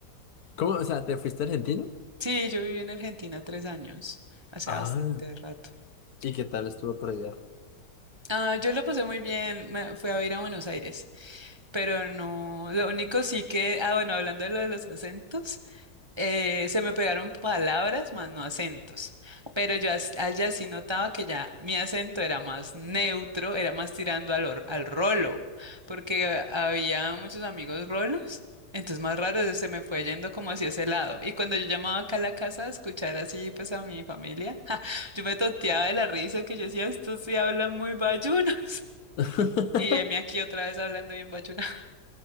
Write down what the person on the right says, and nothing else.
Sí, yo viví en Argentina tres años, hace
bastante rato.
Ah, yo lo pasé muy bien, me fui a vivir a Buenos Aires, pero no, lo único sí que, ah, bueno, hablando de lo de los acentos, eh, se me pegaron palabras más no acentos, pero yo as- allá sí notaba que ya mi acento era más neutro, era más tirando al, or- al rolo, porque había muchos amigos rolos, entonces más raro se me fue yendo como hacia ese lado. Y cuando yo llamaba acá a la casa a escuchar así pues a mi familia, <laughs> ja, yo me toteaba de la risa que yo decía, estos sí hablan muy bayunos. <laughs>
Y heme aquí otra vez hablando bien bayuno.